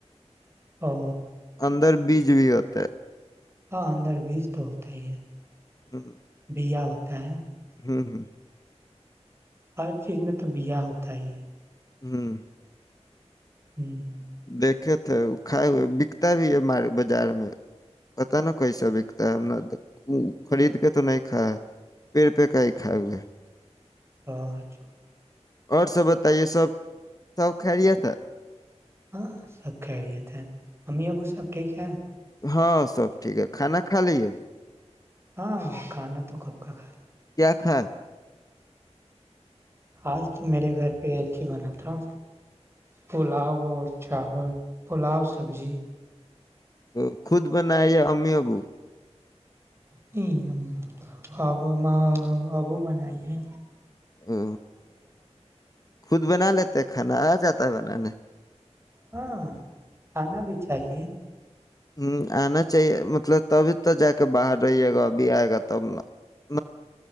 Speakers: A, on the right (about 20°); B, on the left (about 30°).
A: او
B: اندر بیچ جیی ہوت ہے
A: ہاں اندر بیج توتا ہی ہے
B: ہوں
A: دیا ہوتا ہے
B: ہوں ہوں
A: ہر چیز میں تو بیاہ ہوتا ہی ہے
B: ہوں
A: ہ
B: دیکھے تو تو کائے ہوئے بکتا بھی ہےار بازار میں پتا نا کیسا بکتا ہے ہم نے خرید کے تو نہیں کھ پیڑ پہ کا ہی کائے ہوئے ہے
A: پانچ
B: اور سب بتائیے سب سب خا رہیے ت
A: ہاں سب کہریت ہے امی ابو سب ٹھیک ہے
B: ہاں سب ٹھیک ہے کھانا کھا لیے
A: ہاں کھانا تو کب کا خالی
B: ہھ
A: آج تو میرے گھر پہ ایک ہی بنا تھا پلاؤ اور چاول پلاؤ سبزی
B: تو خود بنا امی ابو
A: نہیں ہم اب ہم ابو بنائیے
B: او خود بنا لیتا کھانا آ جاتا ہے بنانے
A: ہاں آنا بھی چاہیے
B: ہ آنا چاہیے مطلب تبھی تو جا کے باہر رہیے گا ابھی آئے گا تب ن